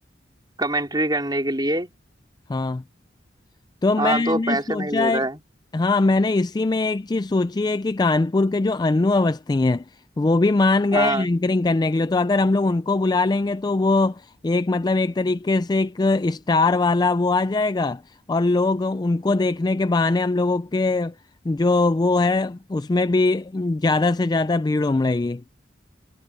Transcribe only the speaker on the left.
हाँ तो मैंने
सोचा
है
हाँ मैंने इसी में एक चीज सोची है कि कानपुर के जो अन्नू अवस्थी हैं वो भी मान गए
हैं एंकरिंग करने के लिए तो अगर हम लोग उनको बुला लेंगे तो वो एक मतलब एक तरीके से एक स्टार वाला वो आ जाएगा और लोग उनको देखने के बहाने हम लोगों के जो वो है उसमें भी ज्यादा से ज्यादा भीड़ उमड़ेगी